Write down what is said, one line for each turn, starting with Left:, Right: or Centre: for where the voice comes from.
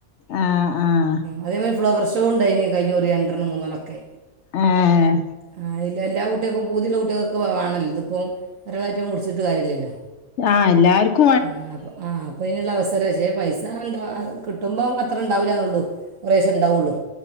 Left: ആഹ് ആഹ്
Right: അതേപൊലെ ഫ്ലവർഷോ ഇണ്ടയ്ന് കഴിഞ്ഞുറി രണ്ടെണ്ണം മൂന്നെണ്ണൊക്കെ
Left: ഏഹ്
Right: ആഹ് ഇല്ലല്ലാ എല്ലാ കുട്ടീൾക്ക് പൂത്ള്ള കുട്ടീകൊക്കെ വെണല്ലൊ. ഇത്പ്പൊ ഒരാളായ്റ്റ് ഞമ്മള് പുട്ച്ച്ട്ട് കാര്യല്ലല്ലൊ
Left: ആഹ് എല്ലാർക്കു
Right: ആഹ് അ ആ് അപ്പൊയ്നുള്ള അവസരക്ഷെ പൈസ ണ്ടാ കിട്ടു ട്ടുമ്പോം അത്രണ്ടാവൂല്ലന്നുള്ളൂ കൊറേശം ഉണ്ടാവുള്ളൂ